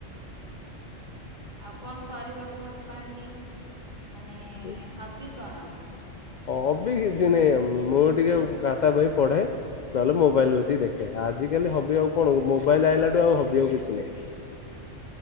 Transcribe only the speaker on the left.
ଉଁ।
ହବି କିଛି ନାହିଁ ଆମ ମୁଁ ଟିକେ ଖାତା ବହି ପଢେ। ନହେଲେ ମୋବାଇଲ ବସିକି ଦେଖେ। ଆଜିକାଲି ହବି ଆଉ କଣ ମୋବାଇଲ ଆଇଲାଠୁ ଆଉ ହବି ଆଉ କିଛି ନାହିଁ।